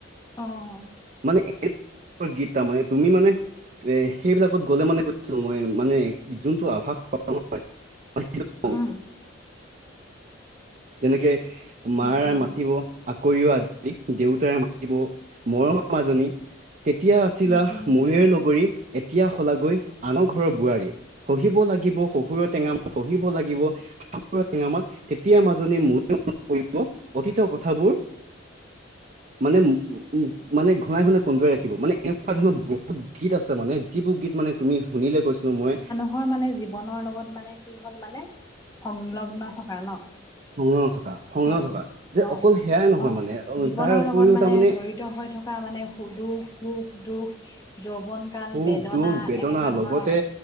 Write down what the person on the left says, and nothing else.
অহ
উম,
উম, উম,
উম, উম,
<unintelligible> মানে জীৱনৰ লগত মানে কি হ'ল মানে সংলগ্ন থকা ন।
হয়।
অ',
অ',
জীৱনৰ
লগত মানে
জড়িত হৈ থকা মানে দুখ, সুখ, দুখ, যৌৱন কাল,
বেদনা
এনেকুৱা ধৰণৰ।